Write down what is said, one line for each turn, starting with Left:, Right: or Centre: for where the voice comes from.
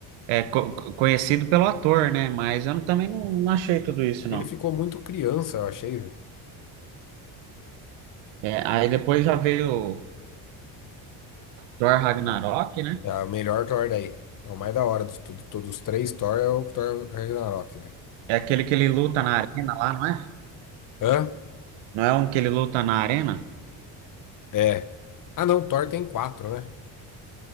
Right: É co- conhecido pelo ator, né? Mas eu não- também não, não achei tudo isso, não.
Left: Ele ficou muito criança, eu achei.
Right: É, aí depois já veio Thor Ragnarok, né?
Left: É a melhor Thor daí. É o mais da hora dos, to- todos os três Thor é o Thor Ragnarok, velho.
Right: É aquele que ele luta na arena lá, não é?
Left: Hã?
Right: Não é um que ele luta na arena?
Left: É. Ah, não, Thor tem quatro, né?